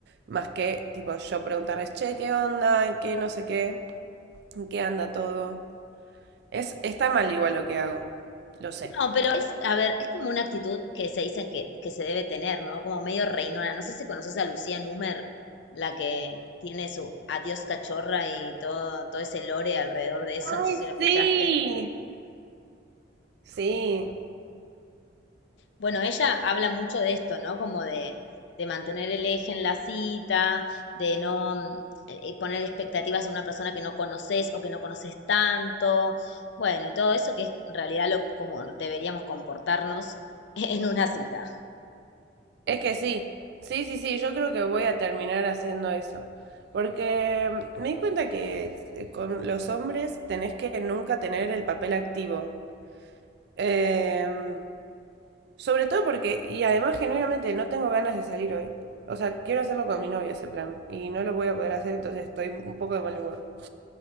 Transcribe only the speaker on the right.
más que tipo yo preguntarles, che, ¿qué onda? ¿En qué no sé qué? ¿En qué anda todo? Es, está mal igual lo que hago, lo sé.
Ay,
sí. Sí,
Es que sí, sí, sí, sí, yo creo que voy a terminar haciendo eso. Porque mm, me di cuenta que eh, con los hombres tenés que nunca tener el papel activo. Em, sobre todo porque, y además genuinamente no tengo ganas de salir hoy. O sea, quiero hacerlo con mi novio ese plan. Y no lo voy a poder hacer, entonces estoy un poco de mal humor.